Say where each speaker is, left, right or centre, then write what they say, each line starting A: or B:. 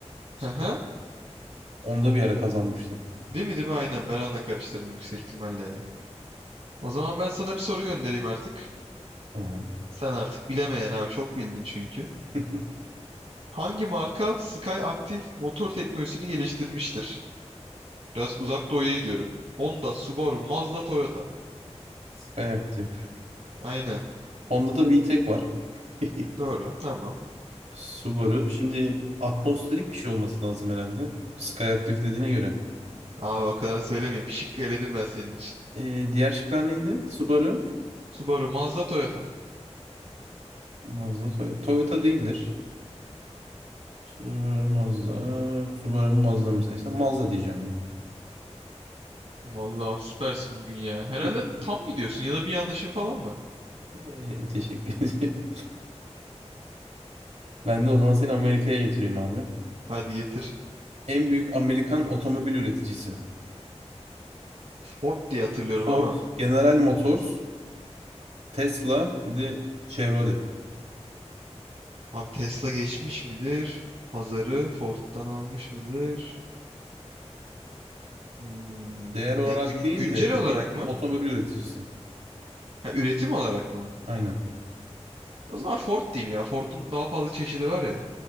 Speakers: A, on the right; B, on the right.
A: Sport.
B: Hı hı.
A: Onda bir ara kazanmıştı.
B: Değil mi değil mi? Aynen ben onu da karıştırdım yüksek ihtimalle ya. O zaman ben sana bir soru göndereyim artık.
A: Tamam.
B: Sen artık bilemeyen abi çok bildin çünkü.
A: <laughs>
B: Hangi marka Sky Active motor teknolojisini geliştirmiştir? Biraz uzak doğuya gidiyorum. Honda, Subaru, Mazda, Toyota.
A: Skyactiv.
B: Aynen.
A: Onda da VTEC var. <laughs>
B: Doğru. Tamam.
A: Subaru. Şimdi atmosferik bir şey olması lazım herhalde. Skyactiv dediğine göre.
B: Abi o kadar söylemeyeyim. Bir şıkkı eledim ben senin için.
A: E, diğer şıklar neydi? Subaru.
B: Subaru, Mazda, Toyota.
A: Mazda Toyota. Toyota değildir. Subaru Mazda. Subaru mu Mazda mı seçsem? Mazda diyeceğim ya.
B: Vallahi süpersin bugün ya. Herhalde
A: <laughs>
B: tam gidiyorsun ya da bir yanlışın falan var.
A: Ee, teşekkür ederim. <laughs> Ben de o zaman seni Amerika'ya getireyim abi.
B: Hadi getir.
A: En büyük Amerikan otomobil üreticisi.
B: Ford diye hatırlıyorum
A: Ford,
B: ama.
A: General Motors, Tesla, bir de Chevrolet.
B: Abi Tesla geçmiş midir? Pazarı Ford'dan almış mıdır? Hmm.
A: Değer olarak
B: Ya gün-
A: değil
B: güncel
A: de
B: olarak
A: e,
B: mı?
A: otomobil üreticisi.
B: Ha, üretim olarak mı?
A: Aynen.
B: O zaman Ford diyeyim ya. Ford'un daha fazla çeşidi var ya.